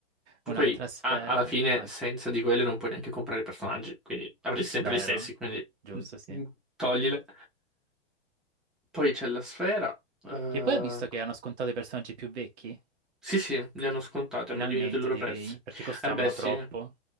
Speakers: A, on the right; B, in the centre.
A: Un'altra
B: Poi
A: sfera.
B: a- alla fine
A: Ah,
B: senza di quelle non puoi neanche comprare i personaggi, quindi avresti sempre
A: vero.
B: gli stessi, quindi
A: Giusto,
B: mm,
A: sì.
B: mm, toglile. Poi c'è la sfera. eh,
A: Che poi ho visto che hanno scontato i personaggi più vecchi.
B: Sì, sì, le hanno scontate,
A: Finalmente,
B: hanno diminuito il loro
A: direi,
B: prezzo.
A: perché costavano
B: Eh beh, sì.
A: troppo.